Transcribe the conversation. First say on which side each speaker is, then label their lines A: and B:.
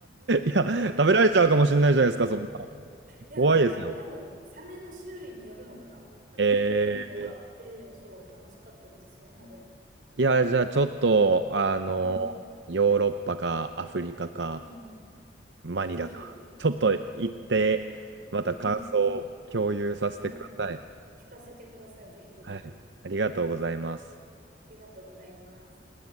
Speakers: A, on the right; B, on the right.
A: や、
B: そう。
A: 食べられちゃうかもしれないじゃないですか、そんな。
B: いや、
A: 怖いですよ。
B: なんか、多分、サメの種類によるのかな
A: え
B: そういうのがあって、そう、楽しかったですね、あれ。
A: ー、いや、じゃあちょっと、あの、
B: うん。
A: ヨーロッパかアフリカか、
B: うんうん。
A: マニラか。
B: ぜひ。
A: ちょっと行って、また感想を共有させてください。
B: うん。いや、聞かせてください。ぜひぜひ。
A: はい。ありがとうございます。
B: ありがとうございます。